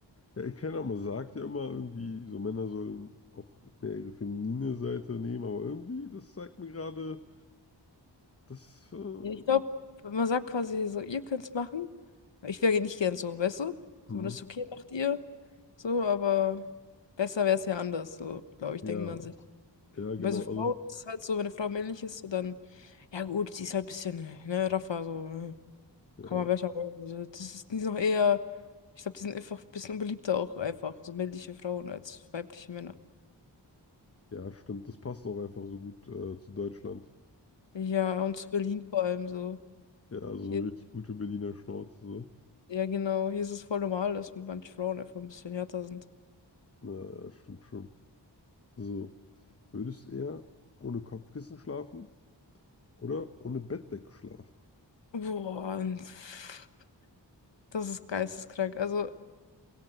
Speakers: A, on the left (about 35°); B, on the left (about 75°).
A: ja, ich kenne, auch man sagt ja immer irgendwie, so Männer sollen auch mehr ihre feminine Seite nehmen, aber irgendwie, das zeigt mir gerade, dass, äh,
B: Ja, ich glaube, man sagt quasi so, ihr könnt's machen. Ich wäre nicht gern so, weißt du? So,
A: hm,
B: wenn das ist okay, macht ihr. So, aber besser wäre es ja anders, so, glaube ich,
A: Ja,
B: denkt man sich.
A: ja,
B: Und
A: genau.
B: bei so Frau
A: Also,
B: ist es halt so, wenn eine Frau männlich ist, so dann, ja gut, sie ist halt ein bisschen, ne, raffer, so, äh,
A: ja,
B: kann man besser machen. Also, das ist, die sind noch eher, ich glaube, die sind einfach ein bisschen unbeliebter auch einfach, so männliche Frauen als weibliche Männer.
A: ja, stimmt. Das passt auch einfach so gut äh, zu Deutschland.
B: Ja, und zu Berlin vor allem so.
A: Ja, also
B: Hier.
A: eine richtig gute Berliner Schnauze. So.
B: Ja, genau. Hier ist es voll normal, dass manche Frauen einfach ein bisschen härter sind.
A: Na, das stimmt schon. So, würdest du eher ohne Kopfkissen schlafen oder ohne Bettdecke schlafen?
B: Boah, und pff, das ist geisteskrank. Also,